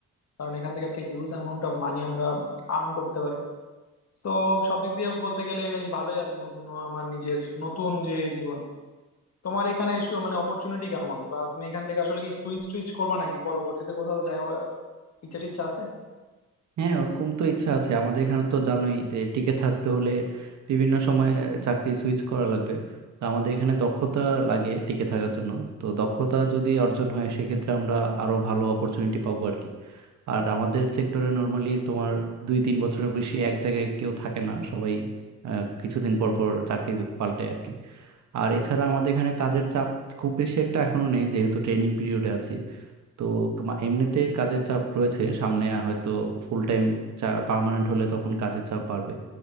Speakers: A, on the left; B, on the right.
A: কারণ এখান থেকে একটা হিউজ অ্যামাউন্ট অফ মানি আমরা আর্ন করতে পারি তো সব দিক দিয়ে বলতে গেলে বেশ ভালোই আছি বন্ধু ন- আমার নিজের নতুন যে জীবন তোমার এখানে সু- মানে অপরচুনিটি কেমন বা তুমি এখান থেকে আসলে কি সুইচ টুইচ করবা নাকি পরবর্তীতে কোথাও যাওয়ার ইচ্ছা টিচ্ছা আছে
B: হ্যাঁ ওরকম তো ইচ্ছা আছে আমাদের এখানে তো জানোই যে টিকে থাকতে হলে বিভিন্ন সময় চাকরি সুইচ করা লাগবে তো আমাদের এখানে দক্ষতা লাগে টিকে থাকার জন্য তো দক্ষতা যদি অর্জন হয় সেক্ষেত্রে আমরা আরো ভালো অপরচুনিটি পাবো আর কি আর আমাদের সেক্টরে নর্মালি তোমার দুই তিন বছরের বেশি এক জায়গায় কেউ থাকে না সবাই আহ, কিছুদিন পর পর চাকরি পাল্টায় আর কি আর এছাড়া আমাদের এখানে কাজের চাপ খুব বেশি একটা এখনো নেই যেহেতু ট্রেনিং পিরিয়ডে আছি তো তোমার এমনিতে কাজের চাপ রয়েছে সামনে হয়তো ফুল টাইম চা পার্মানেন্ট হলে তখন কাজের চাপ বাড়বে